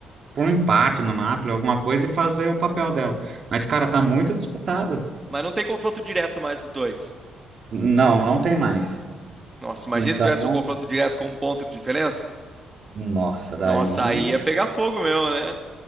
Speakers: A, on the right; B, on the right.
A: por um empate no Napoli, alguma coisa, e fazer o papel dela. Mas, cara, tá muito disputado.
B: Mas não tem confronto direto mais dos dois.
A: Não, não tem mais.
B: Nossa, imagina
A: Então,
B: se tivesse um confronto direto com um ponto de diferença.
A: nossa, daí.
B: Nossa, aí ia pegar fogo mesmo, né?